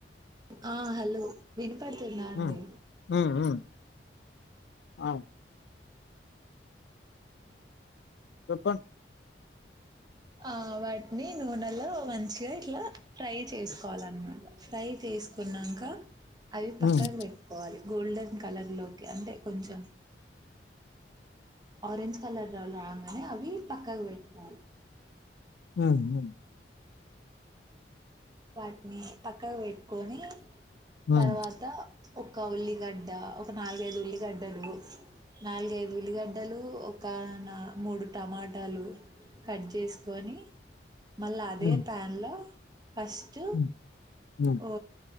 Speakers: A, on the right; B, on the left.
A: ఆ హలో విను పడుతుందా అండి
B: ఉమ్ ఉమ్ ఉమ్ ఆ చెప్పం
A: ఆ వాటిని నూనెలో మంచిగా ఇట్లా ఫ్రై చేసుకోవాలన్నమాట ఫ్రై చేసుకున్నాక అది పక్కకు
B: ఉమ్
A: పెట్టుకోవాలి గోల్డెన్ కలర్ లోకి అంటే కొంచెం ఆరెంజ్ కలర్ లో రాంగానే అవి పక్కకు పెట్టుకోవాలి
B: మ్మ్ హు
A: వాట్ని పక్ క్కకు పెట్టుకొని తర్వాత
B: ఉమ్
A: ఒక ఉల్లిగడ్డ ఒక నాలుగైదు ఉల్లిగడ్డలు నాలుగైదు ఉల్లిగడ్డలు ఒక నా మూడు టమాటాలు కట్ చేసుకొని మళ్ళా అదే
B: ఉమ్
A: ప్యాన్ లో ఫస్ట్
B: ఉమ్ ఉమ్ ఉమ్, ఉమ్,
A: ఓ